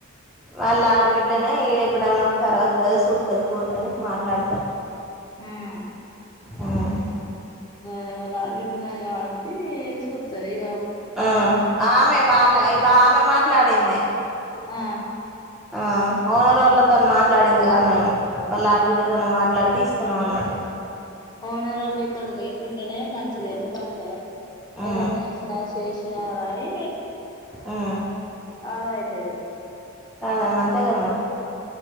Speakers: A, in the centre; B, on the left (about 20°).
A: వాళ్ళ ఆడుబిడ్ ఎప్పుడన్నా ఒకసారి వస్తుంది చూతుది పోతుంది మాట్లాడుతుది
B: మ్మ్
A: మ్మ్
B: అదే వల్ల ఆడ బిడ్డ ఉన్నది కాబట్టి సూతది ఇ
A: ఆ ఆమె వాళ్ళ ఇ ఆమె మాట్లాడింది
B: ఆ
A: ఆ ఓనర్ వాళ్లతో మాట్లాడింది కాదు మేము వాళ్ళ ఆడబిడ్డతోనే మాట్లాడి తీస్త కొన అన్నదు
B: ఓనర్లు ఇక్కడ లేకుంటేనే మంచిది ఎందుకంటే
A: ఆ
B: ఏదన్నా వేసినా చేసినా కానీ
A: ఆ
B: ఆద అవుతుది
A: కాదమ్మ అంతే కద మరి